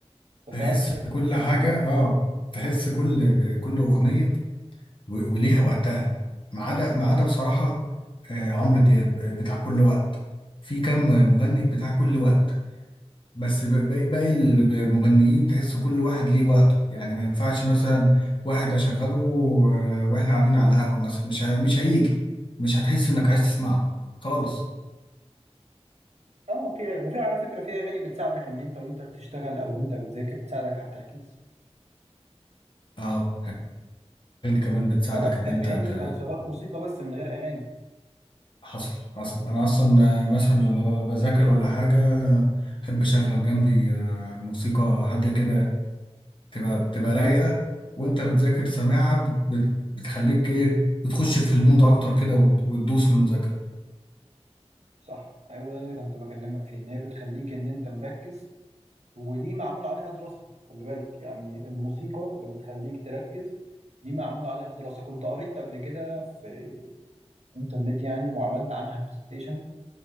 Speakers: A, on the right; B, on the left.
A: ففعلا
B: تحس
A: هي
B: كل
A: بتفرق
B: حاجة
A: في المود
B: اه تحس كل كل أغنية و- وليها وقتها ما عدا ما عدا بصراحة آه، عمرو دياب آه، بتاع كل وقت في كم مغني بتاع كل وقت بس ب- ب- باقي المغنيين تحس كل واحد ليه وقته يعني ما ينفعش مثلا واحد اشغله و- واحنا قاعدين على القهوة مثلا مش ه- مش هيجي مش هتحس انك عايز تسمعه خالص
A: اه في وفي على فكره في اغاني بتساعدك ان انت وانت بتشتغل او انت بتذاكر تساعدك على التركيز
B: اه اللي كمان بتساعدك
A: سواء
B: ان
A: اغاني
B: انت ت-
A: او سواء موسيقى بس من غير اغاني
B: حصل حصل انا اصلا آه، مثلا لما ب- بذاكر ولا حاجة احب اشغل جنبي آه، موسيقى هادية كده تبقى بتبقى رايقة وانت بتذاكر سامعها بت- بت- بتخليك ايه بتخش في المود اكتر كده وت- وتدوس في المذاكرة
A: صح ايوه ده اللي كنت بكلمك فيه ان هي بتخليك ان انت مركز ودي معمول عليها دراسه خلي بالك يعني الموسيقى اللي بتخليك تركز دي معمول عليها دراسه كنت قريت قبل كده في انترنت يعني وعملت عنها برزنتيشن